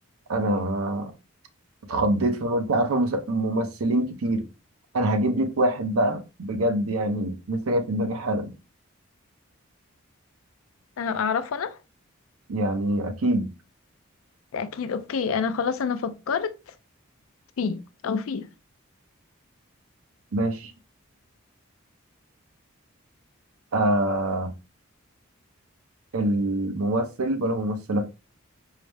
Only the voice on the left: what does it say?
انا اعرفه انا
ده اكيد اوكي انا خلاص انا فكرت فيه او فيها